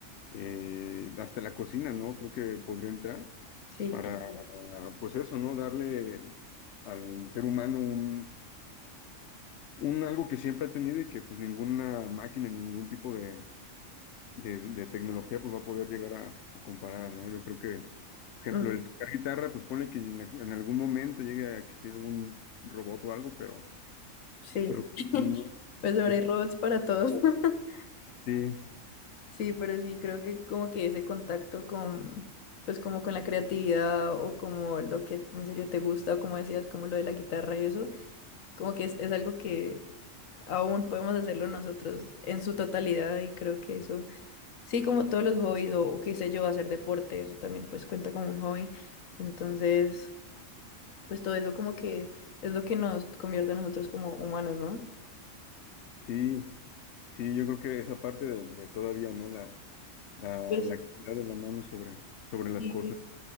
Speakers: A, on the left (about 65°); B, on the left (about 80°).
A: eh, hasta la cocina, ¿no? Creo que podría entrar
B: Sí,
A: para,
B: claro.
A: pues eso, ¿no? Darle al ser humano un, un algo que siempre ha tenido y que pues ninguna máquina, ningún tipo de de, de tecnología, pues va a poder llegar a, a comparada, ¿no? Yo creo que, por ejemplo,
B: Ujú,
A: el tocar guitarra, pues pone que en, en algún momento llegue a existir algún robot o algo, pero,
B: Sí.
A: pero pues,
B: <laughs>
A: no,
B: Pues ahora
A: eso
B: hay robots para todos. <laughs>
A: sí,
B: Sí, pero sí, creo que como que ese contacto con, pues como con la creatividad o como lo que en serio te gusta, o como decías, como lo de la guitarra y eso, como que es, es algo que aún podemos hacerlo nosotros en su totalidad y creo que eso, sí, como todos los hobbies o, o qué sé yo, hacer deporte, eso también pues cuenta como un hobby. Entonces, pues todo eso como que es lo que nos convierte a nosotros como humanos, ¿no?
A: sí, sí, yo creo que esa parte de, de todavía, ¿no? La, la,
B: Pues
A: la actividad de la mano sobre, sobre las
B: sí,
A: cosas.